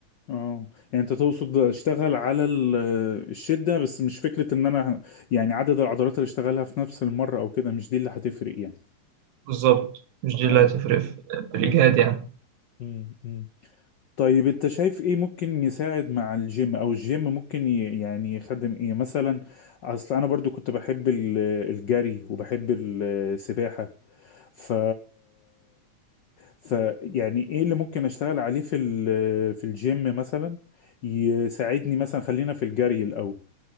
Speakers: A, on the left; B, on the right.
A: اه يعني انت تقصد اشتغل على ال- الشدة بس مش فكرة ان انا ه- يعني عدد العضلات اللي اشتغلها في نفس المرة او كده مش دي اللي هتفرق يعني
B: بالظبط مش دي اللي
A: ايوه
B: هتفرق في في الإجهاد
A: ايوه
B: يعني
A: مم. مم. طيب انت شايف ايه ممكن يساعد مع الجيم او الجيم ممكن ي- يعني يخدم ايه مثلا اصل انا برضو كنت بحب ال- الجري وبحب السباحة ف ف يعني ايه اللي ممكن اشتغل عليه في ال- في الجيم مثلا يساعدني مثلا خلينا في الجري الاول